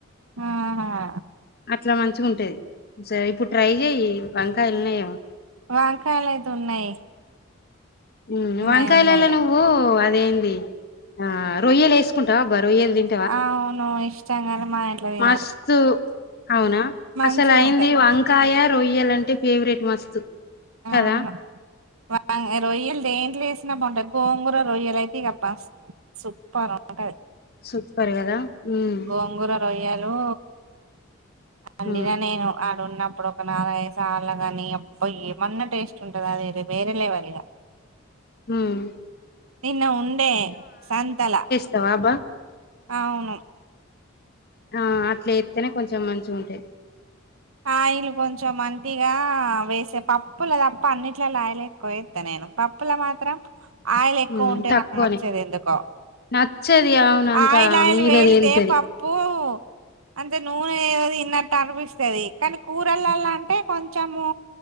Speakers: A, on the right (about 80°); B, on the left (about 50°).
A: ఆహా
B: అట్లా మంచిగా ఉంటది సో ఇప్పుడు ట్రై చెయ్యి వంకాయలు ఉన్నాయేమో
A: వంకాయలు అయితే ఉన్నాయి
B: ఉమ్మ్
A: ఉన్నాయి
B: వంకాయలలో
A: ఉన్నాయి
B: నువ్వు అదేంది ఆ రొయ్యలు ఏసుకుంటావా అబా రొయ్యలు తిం
A: ఆ అవును ఇష్టం గాని మా ఇంట్లో తినరు
B: మస్తు అవునా
A: మంచిగుంటయ్
B: అసలు అయింది వంకాయ రొయ్యలు అంటే ఫేవరెట్ మస్తు
A: అవును
B: కదా
A: వ రొయ్యలు దేంట్లో ఏసినా బాగుంటాది గోంగూర రొయ్యలు అయితే ఇగ బా సూపర్ ఉంటది
B: సూప్పర్ కదా ఉమ్మ్
A: గోంగూర రొయ్యలు అండిన
B: మ్మ్
A: నేను ఆడున్నప్పుడు ఒక నాలుగైదు సార్లు కానీ అబ్బా ఏమన్నా టేస్ట్ ఉంటదా అది వేరే లెవెల్ ఇగ
B: మ్మ్
A: నిన్న ఉండే సంతల
B: తవాబా
A: అవును
B: ఆ అట్ల ఎత్తేనే కొంచెం మంచిగుంటే
A: ఆయిలు కొంచెం మంతిగా వేసే పప్పు లేదప్ప అన్నిట్లల్లో ఆయిలే కొయొత్తా నేను పప్పుల మాత్రం ఆయిలు ఎక్కువ
B: మ్మ్
A: ఉంటే
B: తక్కువనే
A: నాకు నచ్చదు ఎందుకో
B: నచ్చది అవును అంతా
A: ఆయిల్ ఆయిల్
B: మీద
A: వేలితే
B: తేలుతది
A: ప పూ అంటే నూనె ఏది ఇన్నట్టు అనిపిస్తది కానీ కూరలల్లా అంటే కొంచము